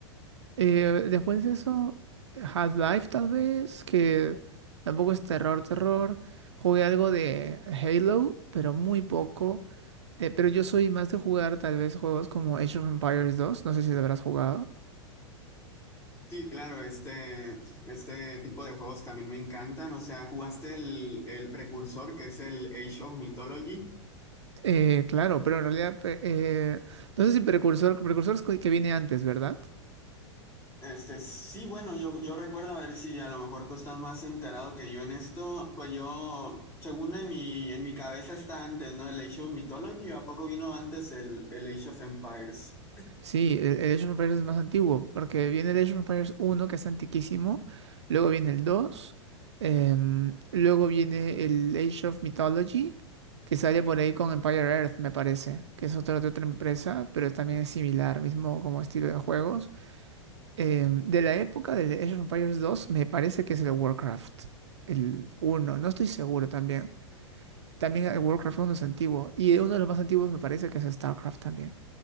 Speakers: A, on the right; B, on the left.
A: Eh, después de eso, Half-Life tal vez, que tampoco es terror, terror. Jugué algo de Halo, pero muy poco. Eh, pero yo soy más de jugar tal vez juegos como Age of Empires 2, no sé si lo habrás jugado.
B: Sí, claro, este, este tipo de juegos también me encantan. O sea, ¿jugaste el, el precursor que es el Age of Mythology?
A: Eh, claro, pero en realidad, pe- eh, no sé si Precursor, Precursor es que que viene antes, ¿verdad?
B: Este, sí, bueno, yo, yo recuerdo, a ver si a lo mejor tú estás más enterado que yo en esto, pues yo, según en mi, en mi cabeza está antes, ¿no? El Age of Mythology, ¿a poco vino antes el, el Age of Empires?
A: Sí, el, el Age of Empires es más antiguo, porque viene el Age of Empires uno que es antiquísimo, luego viene el 2, em, luego viene el Age of Mythology, que sale por ahí con Empire Earth, me parece, que es otra de otra empresa, pero también es similar, mismo como estilo de juegos. Em, de la época del Age of Empires dos me parece que es el Warcraft, el uno, no estoy seguro también. También el Warcraft uno es antiguo, y uno de los más antiguos me parece que es StarCraft también.